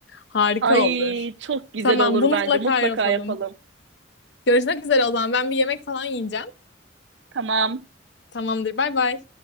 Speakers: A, on the left; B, on the right.
A: harika
B: Ay,
A: olur.
B: çok güzel
A: Tamam
B: olur
A: bunu
B: bence.
A: mutlaka
B: Mutlaka
A: yapalım.
B: yapalım.
A: Görüşmek üzere o zaman ben bir yemek falan yiyeceğim.
B: Tamam.
A: Tamamdır bay bay.